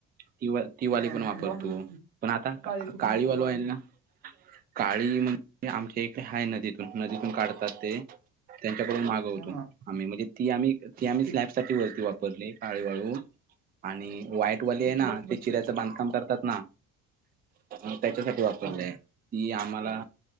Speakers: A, on the right (about 20°); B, on the right (about 75°).
A: तिवा तीवाली
B: हा
A: पण वापरतो.
B: वाळू
A: पण आता
B: काळी कुठून
A: काळीवालू
B: आणतो वाळू
A: आहेल ना. काळी म्हणजे आमच्या हाय नदीतून. नदीतून काढतात ते. त्यांच्याकडून मागवतो.
B: हा
A: आम्ही म्हणजे ती आम्ही ती आम्ही
B: कि-
A: स्लॅबसाठी वलती वापरली काळीवाळू. आणि वाईटवाली
B: कितीला
A: आहे ना
B: बसते
A: ते चिऱ्याचं बांधकाम करतात ना -- त्याच्यासाठी वापरले.
B: हा
A: ती आम्हाला